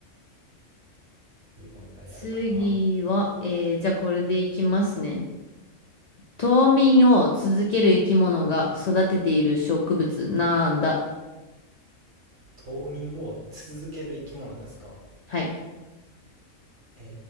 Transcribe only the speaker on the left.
次は、えー、じゃあこれでいきますね。冬眠を続ける生き物が育てている植物なんだ。
はい。